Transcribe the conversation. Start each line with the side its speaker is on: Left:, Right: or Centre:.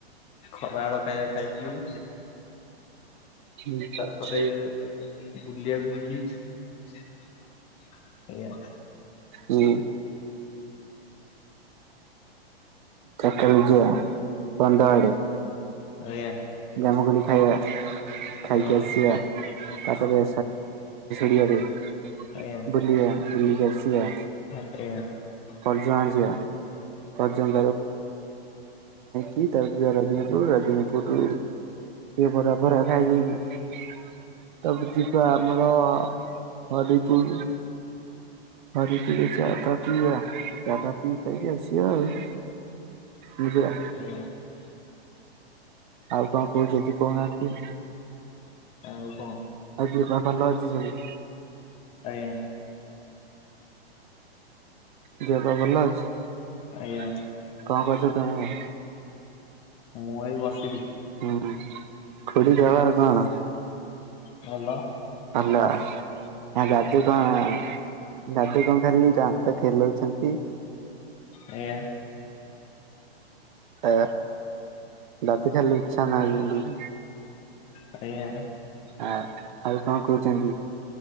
Left: ଖରା ଆଳ ଖାଇବା ଖାଇଲି।
Right: ହୁଁ ଚାରିଟା
Left: ତାପରେ ବୁଲିବାକୁ ଯିବି। ଆଜ୍ଞା।
Right: ହୁଁ। ଚାରିଟା ବେଳକୁ ଯିବା ବନ୍ଧଆଡେ।
Left: ଆଜ୍ଞା।
Right: ଜାମୁକୋଳି ଖାଇବା।
Left: ଆଉ
Right: ଖାଇକି
Left: କଣ
Right: ଆସିବା ତାପରେ <unintelligible>
Left: ଆଜ୍ଞା
Right: ବୁଲିଆ ବୁଲିକି ଆସିଆ।
Left: <unintelligible>
Right: <unintelligible> ଜାଇକି। ଚାଲେ ଜିବାରାଜନୀପୁର ରାଜନୀପୁରରୁ ଟିକେ ବରା ଫରା ଖାଇଦେଇକି ତାପରେ ଯିବା ଆମର ହରିପୁର। ହରିପୁରରେ ଚା ଫା ପିଇବା ଚା ଫା ପି ପୁଆକି ଆସିବା ଆଉ। ବୁଝିଲ
Left: ଆଜ୍ଞା।
Right: ଆଉ କଣ କହୁଚନ୍ତି କହୁନାହାନ୍ତି।
Left: ଆଉ କ
Right: ଆଉ ଦେହ ପା ଭଲ ଅଛି ସବୁ।
Left: ଆଜ୍ଞା।
Right: ଦିହ ପା ଭଲ ଅଛି।
Left: ଆଜ୍ଞା
Right: କଣ କରୁଛ ତମେ?
Left: ମୁଁ ଏଇ ବସିଥିଲି
Right: ହୁଁ ଖୁଡି ଖବର କଣ।
Left: ଭଲ
Right: ହାଲୋ। ଆ ଦାଦୁ କଣ ଦାଦୁ କଣ ଖାଲି ଦାନ୍ତ ଖେଲଉଛନ୍ତି
Left: ଆଜ୍ଞା।
Right: ଏ ରାତି ଖାଇଲେ ଇଚ୍ଛା ନାଇଁ ଯେ
Left: ଆଜ୍ଞା।
Right: ଆ ଆଉ କଣ କହୁଛନ୍ତି